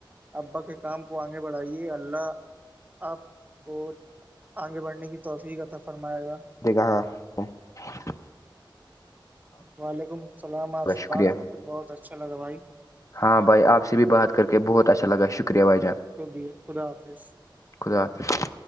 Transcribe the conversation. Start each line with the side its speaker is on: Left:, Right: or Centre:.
Right: ابا کے کام کو آگے بڑھائیے اللہ آپ کو آگے بڑھنے کی توحفی کا تب فرمائے گا
Left: ج کہ ہ <inaudible>
Right: وعلیکم السلام آپ
Left: کا
Right: سے
Left: شکریہ
Right: بات کر کے بہت اچھا لگا بھائی
Left: ہاں بھائی آپ سے بھی بات کر کے بہت اچھا لگا شکریہ بھائی جان
Right: شکے خدا حافظ
Left: خدافظ